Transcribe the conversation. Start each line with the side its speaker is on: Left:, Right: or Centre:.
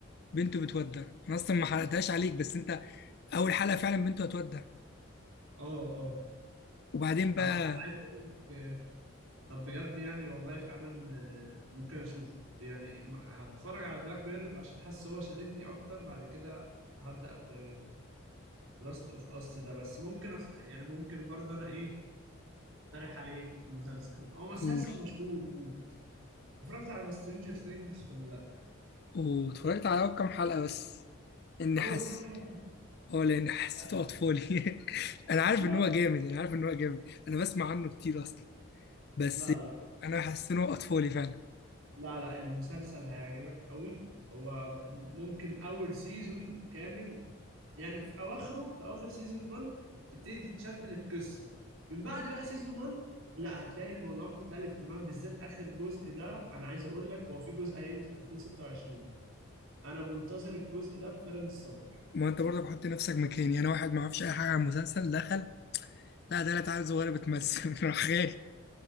Left: بنته بتودع انا اصلا ما حرقتهاش عليك بس انت اول حلقه فعلا بنته هتودع
Right: اه اه
Left: وبعدين
Right: طبعا
Left: بقى
Right: انا عايز اقول لك آه، طب بجد يعني والله فعلا آه، ممكن اشوف يعني ما- هتفرج على بلاك ميرور عشان حاسس هو شددني اكتر بعد كده هبدأ في لاست اوف اس ده بس ممكن أخ... يعني ممكن برضه انا ايه اقترح عليك مسلسل هو مسلسل
Left: قول
Right: مشهور موت اتفرجت على سترينجر ثينجز ولا لا
Left: واتفرجت على أول كام حلقه بس اني
Right: اول
Left: حاسس
Right: كام حلقة
Left: اه لان حسيته
Right: لا يعني
Left: اطفالي <laughs> انا عارف
Right: لا
Left: ان هو جامد انا عارف ان هو جامد انا بسمع عنه كتير اصلا بس
Right: لا لا
Left: انا حاسس ان هو اطفالي فعلا
Right: لا لا المسلسل هيعجبك قوي هو ممكن اول سيزون كامل يعني في اواخره في اواخر سيزون 1 تبتدي تتشد للقصه من بعد بقى سيزون 1 لا هتلاقي الموضوع مختلف تمام بالذات اخر جزء ده انا عايز اقول لك هو في جزء هينزل 2026 انا منتظر الجزء ده بفارغ الصبر
Left: ما انت برضه بحط نفسك مكاني يعني انا واحد ما اعرفش اي حاجه عن المسلسل دخل لا ده لا تعالى صغيره بتمثل <laughs> راح خارج